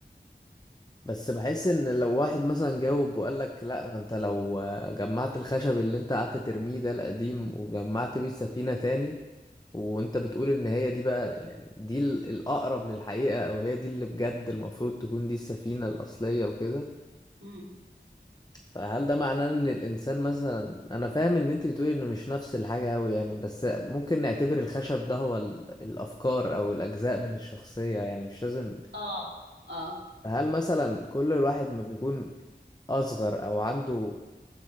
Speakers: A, on the left; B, on the right.
A: بس بحس ان لو واحد مثلا جاوب وقال لك لا ما انت لو جمعت الخشب اللي انت قعدت ترميه ده القديم وجمعت بيه السفينة تاني وانت بتقول ان هي دي بقى يعني دي ال- الاقرب للحقيقة او هي دي اللي بجد المفروض تكون دي السفينة الاصلية وكده
B: امم
A: فهل ده معناه ان الانسان مثلا انا فاهم ان انت بتقولي انه مش نفس الحاجة اوي يعني بس ممكن نعتبر الخشب ده هو ال- الافكار او الاجزاء من الشخصية يعني مش لازم
B: اه اه
A: هل مثلا كل الواحد ما بيكون اصغر او عنده